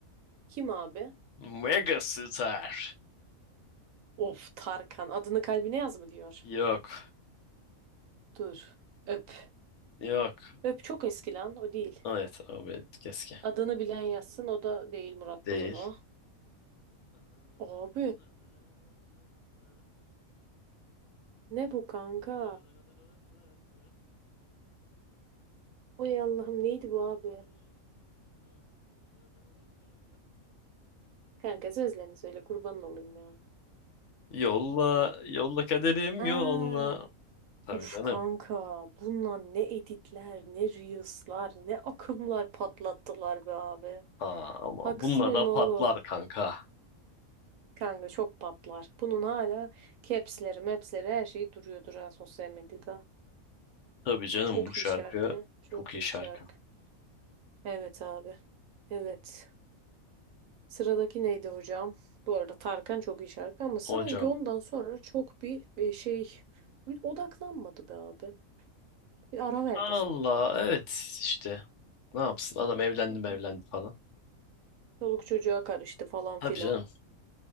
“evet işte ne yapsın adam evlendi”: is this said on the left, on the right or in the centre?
Left